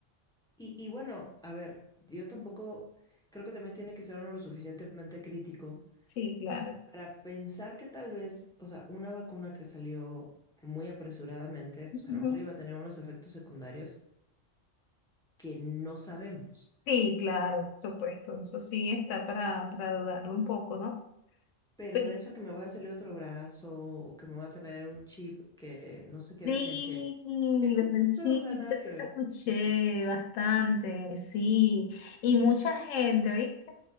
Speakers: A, in the centre; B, on the left (about 80°).
A: y, y bueno, a ver, yo tampoco creo que también tiene que ser uno lo suficientemente crítico
B: Sí, claro.
A: para pensar que tal vez, o sea, una vacuna que salió muy apresuradamente, pues
B: Ujú.
A: a lo mejor iba a tener unos efectos secundarios que no sabemos.
B: Sí, claro, por supuesto. Eso sí está para, para dudarlo un poco, ¿no?
A: Pero
B: Pero
A: de eso a que me va a salir otro brazo o que me va a traer un chip que no sé qué
B: sí,
A: decían que <laughs>
B: los
A: eso,
B: panchitos,
A: o sea, nada
B: los
A: que ver.
B: escuché bastante, sí. Y mucha gente, ¿viste?